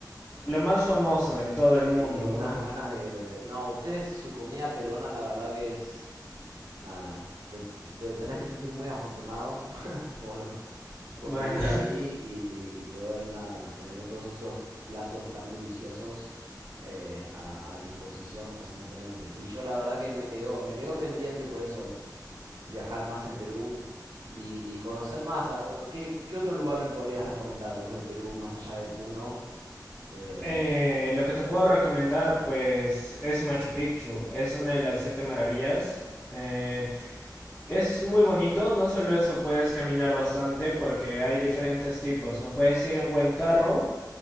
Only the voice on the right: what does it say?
Guau.
Sí,
unas
ganas de... No, ustedes, su comida peruana, la verdad que es... nada, te, te tenés que sentir muy afortunado <laughs> por, por
vivir ahí y, y- y poder, nada, tener todos esos platos tan deliciosos eh, a, a disposición constantemente. Sí, yo la verdad que me quedó, me quedó pendiente por eso viajar más en Perú y, y conocer más. A- ¿Qué, qué otro lugar me podrías recomendar vos de Perú, más allá de Puno? Eh,